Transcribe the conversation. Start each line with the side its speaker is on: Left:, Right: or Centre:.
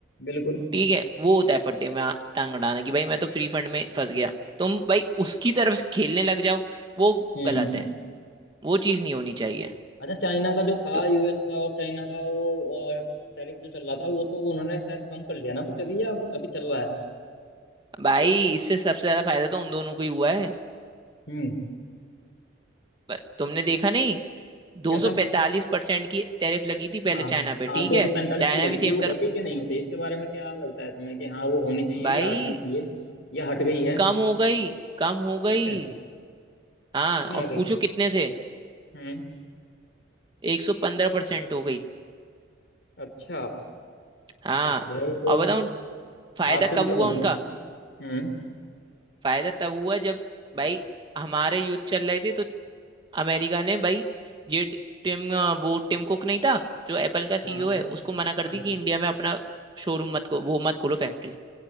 Left: बिल्कुल
Right: ठीक है वो होता है फट्टे में आ- टांग अड़ाना कि भाई मैं तो फ्री फंड में फंस गया तुम भाई उसकी तरफ से खेलने लग जाओ वो
Left: हम्म
Right: गलत है वो चीज नहीं होनी चाहिए
Left: अच्छा चाइना का जो था
Right: तो
Left: यूएस का और चाइना का वो और टैरिफ जो चल रहा था वो तो उन्होंने शायद कम कर लिया ना कुछ अभी या अभी चल रहा है
Right: भाई इससे सबसे ज्यादा फायदा तो उन दोनों को ही हुआ है
Left: हम्म
Right: ब- तुमने देखा नहीं 245
Left: कैसा
Right: परसेंट की टैरिफ लगी थी पहले
Left: हाँ
Right: चाइना पे
Left: हाँ
Right: ठीक
Left: दो
Right: है
Left: सौ पैंतालीस
Right: चाइना
Left: की लगी
Right: भी
Left: थी
Right: सेम
Left: वो
Right: करो
Left: हटी कि नहीं हटी इसके बारे में क्या लगता है तुम्हें कि हाँ वो होनी चाहिए
Right: भाई
Left: या हटनी चाहिए या हट गई है
Right: कम हो गई कम हो गई
Left: अच्छा
Right: हाँ
Left: कितनी
Right: और
Left: हो
Right: पूछो कितने से
Left: गई
Right: एक सौ पंद्रह परसेंट हो गई
Left: अच्छा
Right: हाँ
Left: बढ़िया ये तो
Right: और बताओ उन- फायदा
Left: हाफ से भी
Right: कब
Left: कम
Right: हुआ
Left: हो
Right: उनका
Left: गई हम्म
Right: फायदा तब हुआ जब भाई हमारे युद्ध चल रहे थे तो अमेरिका ने भाई ये ड- टिम अ, वो टिम कुक नहीं था जो एप्पल का सीईओ
Left: हाँ
Right: है उसको मना कर
Left: हाँ
Right: दी कि इंडिया में अपना शोरूम मत को वो मत खोलो फैक्ट्री